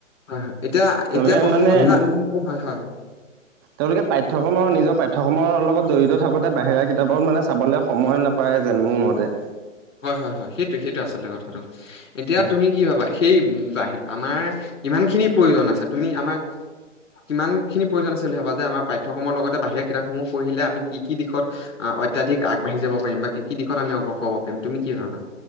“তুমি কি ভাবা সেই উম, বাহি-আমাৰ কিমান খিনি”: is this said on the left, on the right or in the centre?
Left